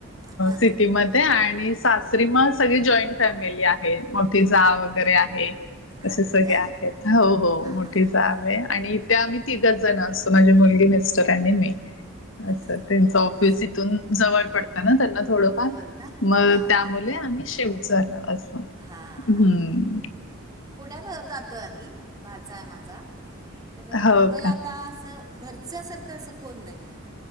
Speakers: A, on the right; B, on the left.
A: हां
B: सिटीमध्ये ते आणि सासरी म सगळी जॉईंट फॅमिली आहे मोठी जाव वगैरे आहे. असे
A: आहेत
B: सगळे
A: का
B: आहेत हो हो
A: हां
B: मोठी
A: हां हां
B: जाव आहे आणि ते आम्ही तिची जण असतो माझी मुलगी मिस्टर आणि मी असं
A: अच्छा हां
B: त्यांच
A: हां
B: ऑफिस
A: हां
B: इथून जवळ पडतं ना त्यांना थोडंफार
A: होय ना
B: मग
A: हां
B: त्यामुळे
A: हां
B: आम्ही शिफ्ट झालो अस हम्म
A: हां हां हां पुण्यात जातो आहे आम्ही भाचा आहे माझा तर
B: हो
A: मुंबईला
B: का?
A: आता असं घरच्या सारखं असं कोण नाही आहे